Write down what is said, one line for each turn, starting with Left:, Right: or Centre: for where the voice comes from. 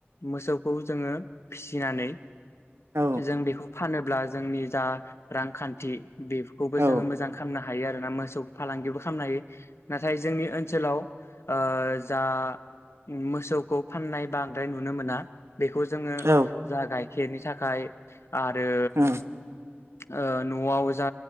Left: मोसौखौ जोङो फिसिनानै
Right: औ
Left: जों बेखौ फानोब्ला जोंनि जा रांखान्थि बेफोखौबो
Right: औ
Left: जोङो मोजांखालामना हायो आरोना मोस सौ फालांगिबो खालामनोहायो नाथाय जोंनि ओनसोलाव ओ जा उम मोसौखौ फाननाय बांद्राय नुनोमोना। बेखौ जोङो
Right: औ
Left: जागाय सेनि थाखाय आरो
Right: औ
Left: ओह नवाव जा